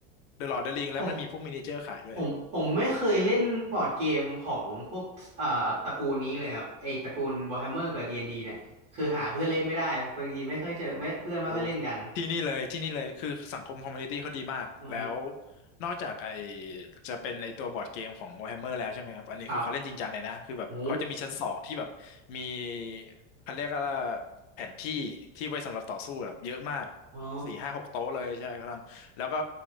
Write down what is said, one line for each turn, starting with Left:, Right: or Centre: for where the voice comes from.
Left: The Lord of the Ring
Right: ผม
Left: แล้วมันมีพวกมินิเจอร์ขายด้วย
Right: ผมผมไม่เคยเล่นบอร์ดเกมของพวกอ่าตระกูลนี้เลยครับไอตระกูล Warhammer กับ D&D เนี่ยคือหาเพื่อนเล่นไม่ได้บางทีไม่ค่อยเจอไม่เพื่อนไม่ค่อยเล่นกัน
Left: โอ้ที่นี่เลยที่นี่เลยคือสังคมคอมมูนิตี้เขาดีมากแล้ว
Right: อ๋อ
Left: นอกจากไอจะเป็นในตัวบอร์ดเกมของ Warhammer แล้วใช่ไหมครับอันนี้คือเขาเล่นจริงจังเลยนะคือแบบเขาจะมีชั้นสองที่แบบมี
Right: ครับโอ้
Left: เขาเรียกว่าแผนที่ที่ไว้สำหรับต่อสู้แบบเยอะมาก
Right: อ๋อ
Left: สี่ห้าหกโต๊ะเลยใช่เขาทำแล้วก็